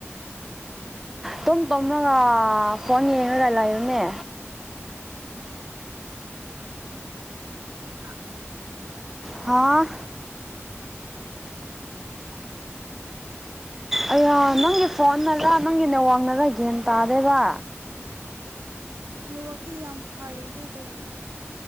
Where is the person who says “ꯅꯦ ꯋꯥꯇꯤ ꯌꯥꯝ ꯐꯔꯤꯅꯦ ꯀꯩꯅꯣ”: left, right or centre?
Right